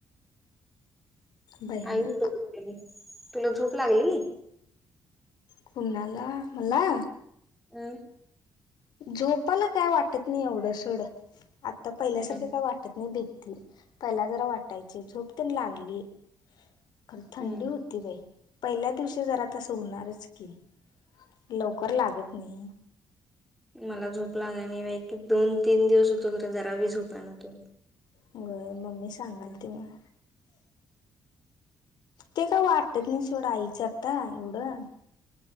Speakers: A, on the left (about 70°); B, in the centre.
A: भयानक
B: आई होत <unintelligible> तुला झोप लागली.
A: कुंणाला मला.
B: <inaudible>
A: झोपाला काय वाटत नाही एवढं सोडं, आता पहिल्यासारखं
B: हम्म
A: काय वाटत नाही भी त पहिला जरा वाटायची झोप तेन लागली खरं थंडी
B: हम्म.
A: हो ती बाई पहिल्या दिवशी जरा तसं होणारच की लवकर लागत नही.
B: मला झोप लाग णि वे की दोन तीन दिवस होतो खरा जरावी झोपनातून.
A: हो ग मम्मी सांगाल थी मां. ते काय वाटत नाही सोड आईचं आता एवढं.